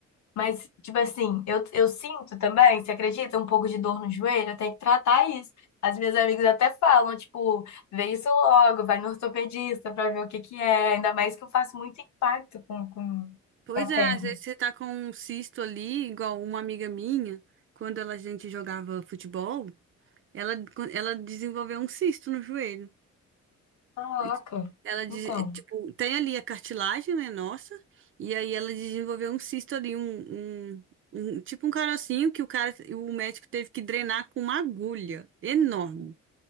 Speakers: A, on the left; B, on the right.
A: Mas, tipo assim, eu, eu sinto também, você acredita? Um pouco de dor no joelho, eu tenho que tratar isso. As minhas amigas até falam, tipo, vê isso logo, vai no ortopedista pra ver o que que é. Ainda mais que eu faço muito impacto com, com
B: Pois
A: a perna.
B: é, às vezes você tá com um cisto ali, igual uma amiga minha, quando ela, a gente jogava futebol, ela, ela desenvolveu um cisto no joelho.
A: Caraca.
B: E Ela, de-
A: Então,
B: tipo, tem ali a cartilagem, né, nossa, e aí ela desenvolveu um cisto ali, um, um, um- tipo um carocinho que o cara, o médico teve que drenar com uma agulha enorme.